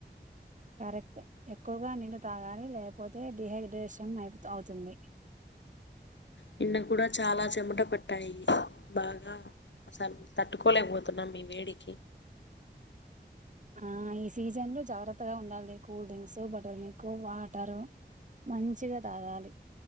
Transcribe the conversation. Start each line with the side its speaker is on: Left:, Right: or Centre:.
Right: కరెక్టే ఎక్కువగా నీళ్ళు తాగాలి లేకపోతే డిహైడ్రేషన్ అయి అవుతుంది
Left: నిన్న కూడా చాలా చెమట పట్టాయి బాగా అసలు తట్టుకోలేకపోతున్నాం ఈ వేడికి
Right: ఆ ఈ సీజన్ లో జాగ్రత్తగా ఉండాలి cool drinks butter milk water మంచిగా తాగాలి